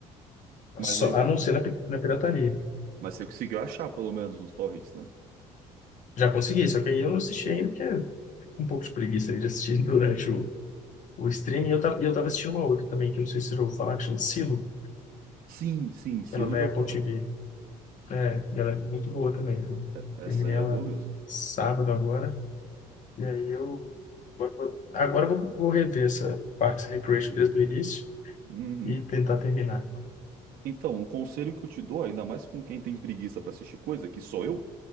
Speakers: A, on the right (about 65°); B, on the left (about 50°).
A: Mas
B: só,
A: aí,
B: a não ser na, pi- na pirataria.
A: mas você conseguiu achar pelo menos os torrents, né?
B: Já consegui, só que aí eu não assisti ainda, porque é um pouco de preguiça aí de assistir <laughs> durante o, o streaming. E eu tava, e eu tava assistindo uma outra também, que eu não sei se eu vou falar, que chama Silo,
A: Sim, sim, Silo
B: que ela é da
A: já ouvi
B: Apple
A: falar.
B: TV. É, e ela é muito boa também, viu?
A: Essa
B: Terminei
A: aí
B: ela
A: é boa mesmo.
B: sábado agora. E aí eu agora, vou- agora eu vou, vou rever essa Parks and Recreation desde o início
A: Uhum.
B: e tentar terminar.
A: Então, o conselho que eu te dou, ainda mais com quem tem preguiça pra assistir coisa, que sou eu,